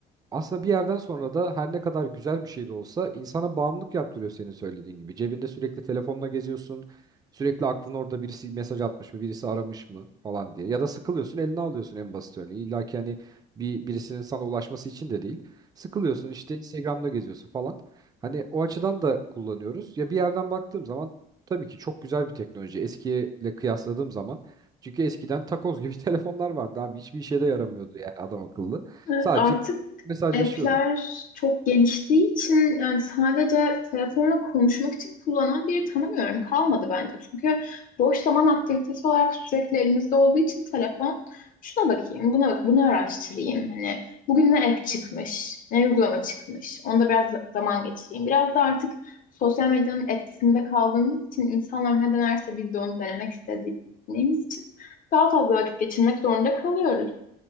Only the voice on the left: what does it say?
Evet,
artık
app'ler çok geliştiği için yani sadece telefonla konuşmak için kullanan biri tanımıyorum. Kalmadı bence. Çünkü boş zaman aktivitesi olarak sürekli elimizde olduğu için telefon şuna bakayım, buna bak, bunu araştırayım. Hani bugün ne app çıkmış, ne uygulama çıkmış. Onda biraz zaman geçireyim. Biraz da artık sosyal medyanın etkisinde kaldığımız için insanlar ne denerse biz de onu denemek istediğimiz için daha fazla vakit geçirmek zorunda kalıyoruz.